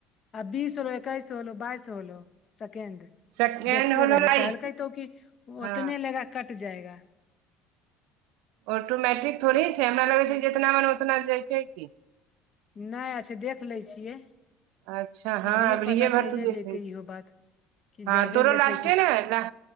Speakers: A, on the left (about 45°); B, on the right (about 75°).
A: आ बीस होलो, एकैस होलो, बाइस होलो, सेकेंड।
B: सेकेंड
A: देखते
B: होलो
A: रही
B: बाइस
A: कहलके तो की
B: हँ
A: ओतने लेगा कट जाएगा।
B: ऑटोमट्रिक थोड़े छै, हमरा लगै छै, जेतना मन ओतना जयके की।
A: नाया देख लै छियै,
B: अच्छा हँ
A: अभियए
B: अबरिये
A: पता
B: भर
A: चले
B: तू देखै
A: जतै इहो बात। कि
B: हँ
A: जादे
B: तोरो
A: लेतै
B: लास्टे
A: कि
B: ने ला,